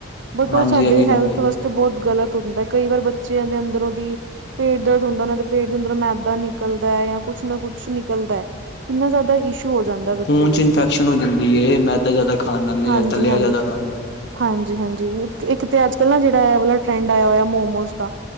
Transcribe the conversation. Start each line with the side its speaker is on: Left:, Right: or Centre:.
Right: ਬਟ
Left: ਹਾਂਜੀ
Right: ਓ ਸਾਡੇ
Left: ਇਹ ਵੀ
Right: ਹੈਲਥ
Left: ਗੱਲ ਏ
Right: ਵਸਤ ਤੇ ਬੋਤ ਗਲਤ ਹੁੰਦਾ ਕਈ ਵਾਰ ਬੱਚਿਆਂ ਦੇ ਅੰਦਰੋ ਦੀ ਪੇਟ ਦਰਦ ਹੁੰਦਾ ਓਨਾਂ ਤੇ ਪੇਟ ਦੇ ਅੰਦਰੋ ਮੈਦਾ ਨਿਕਲਦਾ ਏ ਯਾ ਕੁੱਛ ਨਾ ਕੁੱਛ ਨਿਕਲਦਾ ਐ। ਕਿੰਨਾ ਜਾਦਾ ਇਸ਼ੂ
Left: ਖੂਨ
Right: ਵਾਸਤੇ
Left: ਚ ਇਨਫੈਕਸ਼ਨ ਹੋ ਜਾਂਦੀ ਏ ਮੈਦਾ ਜਿਆਦਾ ਖਾਨ ਨਾਲ ਯਾ
Right: ਹਾਂਜੀ
Left: ਤਲਆ
Right: ਹਾਂਜੀ
Left: ਜਾਦਾ ਖਾਨ ਨਾਲ।
Right: ਹਾਂਜੀ ਹਾਂਜੀ ਇੱਕ ਤੇ ਅੱਜ ਕੱਲ ਨਾ ਜੇੜਾ ਏਹ ਵਾਲਾ ਟਰੈਂਡ ਆਯਾ ਹੋਆ ਮੋਮੋਜ਼ ਦਾ